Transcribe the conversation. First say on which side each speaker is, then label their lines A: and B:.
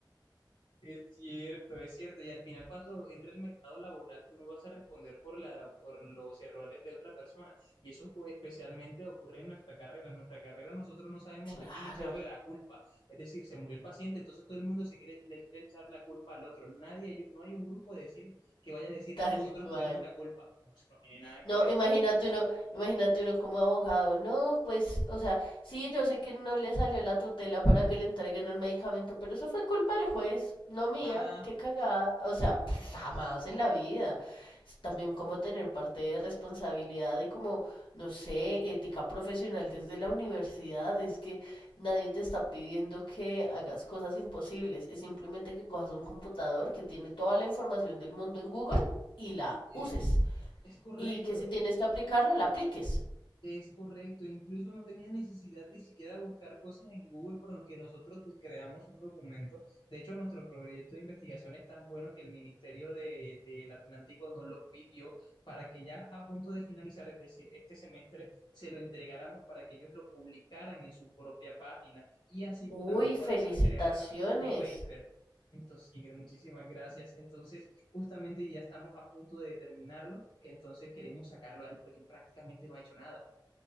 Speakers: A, on the left (about 65°); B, on the left (about 80°).
A: Es cierto, es cierto. Y al final, cuando entra el mercado laboral, tú no vas a responder por la, por los errores de otra persona. Y eso cu- especialmente ocurre en nuestra carrera. En nuestra carrera nosotros no sabemos
B: claro
A: a quién echarle la culpa. Es decir, se murió el paciente, entonces todo el mundo se quiere, le quiere echar la culpa al otro. Nadie, hay- no hay un grupo de decir que vaya
B: <laughs>
A: a decir
B: tal
A: nosotros
B: cual
A: tuvimos la culpa. No, eso no tiene nada
B: No,
A: que ver.
B: imagínate uno, imagínate uno como abogado. No, pues, o sea, sí, yo sé que no le salió la tutela para que le entreguen un medicamento, pero eso fue culpa del juez, no mía.
A: Ah,
B: Qué cagada. O sea,
A: no,
B: pff,
A: no,
B: jamás en la vida. Es también como tener parte de responsabilidad y como, no sé, ética profesional desde la universidad. Es que nadie te está pidiendo que hagas cosas imposibles. Es simplemente que cojas un computador que tiene toda la información del mundo en Google y la
A: sí,
B: uses
A: es correcto.
B: y que si tienes que aplicarlo, la apliques.
A: Es correcto, incluso no tenía necesidad de siquiera buscar cosas en Google por que nosotros te- creamos un documento. De hecho, nuestro proyecto de investigación es tan bueno que el Ministerio de- del Atlántico nos lo pidió para que ya a punto de finalizar, es decir, este semestre, se lo entregáramos para que ellos lo publicaran en su propia página y así
B: Uy,
A: pues, también poder
B: felicitaciones.
A: crear un paper. Entonces, Iker, muchísimas gracias. Entonces, justamente ya estamos a punto de terminarlo, entonces queremos sacarlo a él porque él prácticamente no ha hecho nada